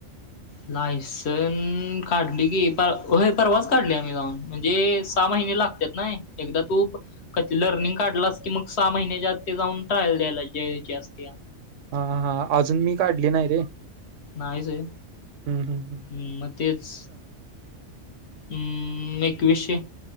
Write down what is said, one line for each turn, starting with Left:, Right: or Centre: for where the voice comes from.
Left: लायसनं? काढलय की. पर होय परवाच काढलय आम्ही जाऊन. म्हणजे सहा महिने लाग त्यात नाही. एकदा तू ब कती लर्निंग काढलास की मग सहा महिन्याच्या आत ते जाऊन ट्रायल द्यायला द्यायाची असतेया.
Right: आहाहा अजून मी काढली नाही रे.
Left: नाहीच हे.
Right: अ हम हम.
Left: हम् म तेच. अममम एकवीशे.